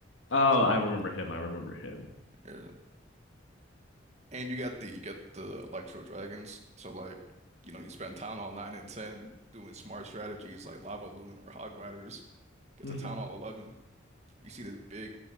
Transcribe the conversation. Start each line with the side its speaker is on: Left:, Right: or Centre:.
Left: Oh, I remember him. I remember him.
Right: Yeah. And you got the you got the Electro Dragons. So like, you know, you spend Town Hall 9 and 10 doing smart strategies like Lava Loon or Hog Riders. Get
Left: Mhm.
Right: to Town Hall 11. You see the big